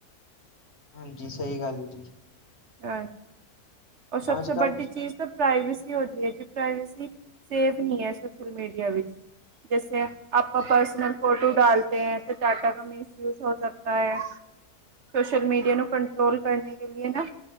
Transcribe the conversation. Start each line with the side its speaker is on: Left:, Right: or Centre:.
Left: ਹਾਂਜੀ ਸਹੀ ਗੱਲ ਜੀ
Right: ਹਾਂਜੀ ਰ ਸਭ
Left: ਅੱਜ
Right: ਸੇ
Left: ਕੱਲ
Right: ਵੱਡੀ ਚੀਜ਼ ਤਾਂ ਪ੍ਰਵੇਸੀ ਹੁੰਦੀ ਹੈ ਜੀ ਪ੍ਰਵੇਸੀ ਸੇਫ ਨਹੀ ਹੈ ਸੋਸ਼ਲ ਮੀਡੀਆ ਵਿੱਚ ਜੈਸੇ ਆਪਾਂ ਪਰਸਨਲ ਫੋਟੋ ਡਾਲਤੇ ਹੈ ਤੇ ਟਾਟਾ ਕ ਮ ਯੂਜ ਹੋ ਸਕਤਾ ਹੈ ਸੋਸ਼ਲ ਮੀਡੀਆ ਨੂੰ ਕੰਟਰੋਲ ਕਰਨੇ ਕੇ ਲਿਏ ਨਾ